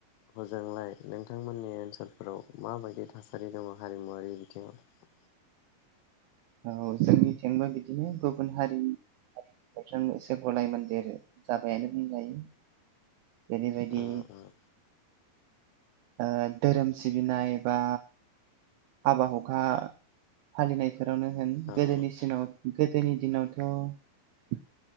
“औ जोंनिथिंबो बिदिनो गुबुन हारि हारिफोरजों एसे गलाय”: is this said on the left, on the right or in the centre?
Right